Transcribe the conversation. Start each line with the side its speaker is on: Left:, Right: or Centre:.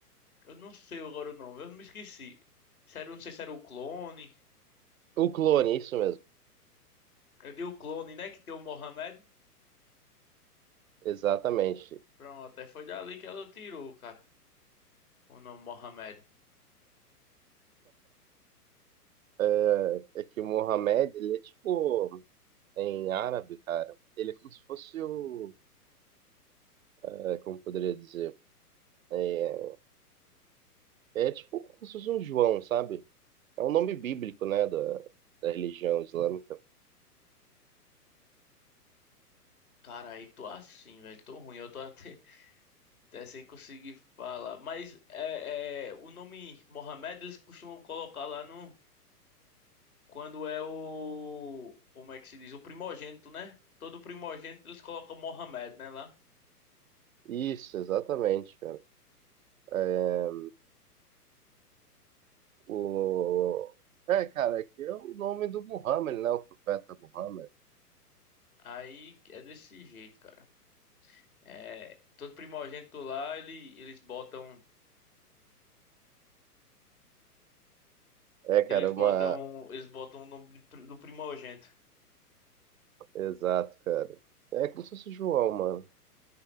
Left: Eu não sei agora o nome, eu não me esqueci. Se era, um, não sei se era o clone.
Right: O clone, isso mesmo.
Left: Eu dei o clone, né? Que tem o Mohamed.
Right: Exatamente.
Left: Pronto, aí foi dali que ela tirou, cara. O nome Mohamed.
Right: É, é que o Mohamed, ele é tipo, em árabe, cara, ele é como se fosse o, é, como poderia dizer, É, É tipo como se fosse um João, sabe? É um nome bíblico, né, da, da religião islâmica.
Left: Cara, aí tô assim, velho. Tô ruim, eu tô até, <laughs> até sem conseguir falar. Mas é, é, o nome Mohamed eles costumam colocar lá no. Quando é o. Como é que se diz? O primogênito, né? Todo primogênito eles colocam Mohamed, né? Lá.
Right: Isso, exatamente, cara. É, o... é, cara, é que é o nome do Muhammad, né, o profeta Muhammad.
Left: Aí é desse jeito, cara. É, todo primogênito lá, ele, eles botam.
Right: É, cara,
Left: Eles botam,
Right: uma...
Left: eles botam o nome de pri- do primogênito.
Right: Exato, cara. É como se fosse João, mano.